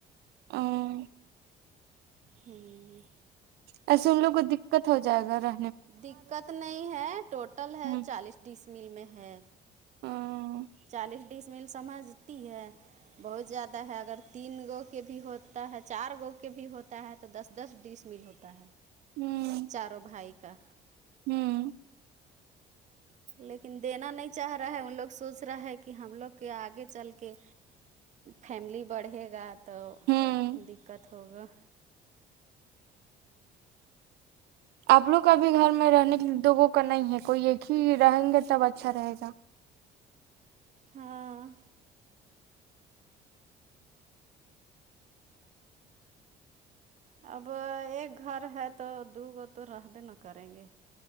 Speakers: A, on the right; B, on the right.
A: امم
B: ہوں
A: ایسے ان لوگ کو دقت ہو جائے گا را
B: دقت نہیں ہے ٹوٹل ہے
A: ہوں
B: چالیس ڈس مل میں ہے
A: ہوں
B: چالیس ڈس مل سمجھتی ہے بہت زیادہ ہے اگر تین گو کے بھی ہوتا ہے چار گو کے بھی ہوتا ہے تو دس دس ڈیس میل ہوتا ہے
A: ہوں
B: چارو بھائی کا
A: ہوں
B: لیکن دینا نہیں چاہ رہا ہے ان لوگ سوچ رہا ہے کہ ہم لوگ کے آگے چل کے فیملی بڑھے گا تو
A: ہوں
B: دقت ہوگا
A: آپ لوگ ابھی گھر میں رہنے کے دوگوں کا نہیں ہے کوئی ایک ہی رہیں گے تب اچھا رہے گا
B: ہاں اب ایک گھر ہے تو دوگو تو رہ بھی نہ کریں گے